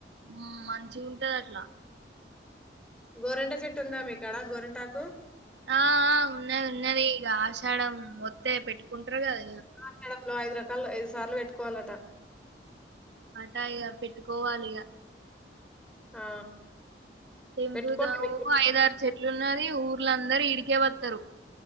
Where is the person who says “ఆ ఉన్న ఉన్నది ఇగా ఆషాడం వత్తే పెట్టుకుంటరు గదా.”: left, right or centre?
Right